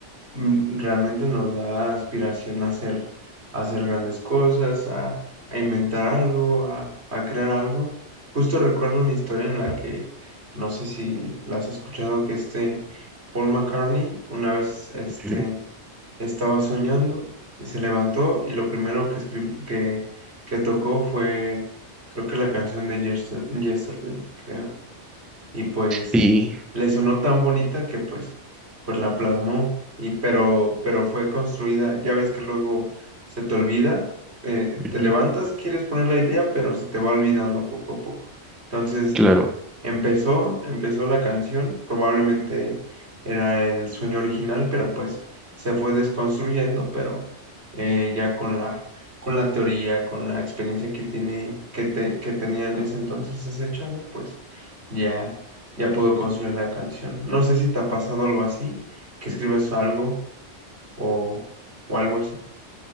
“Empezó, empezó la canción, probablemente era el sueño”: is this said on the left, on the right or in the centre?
Right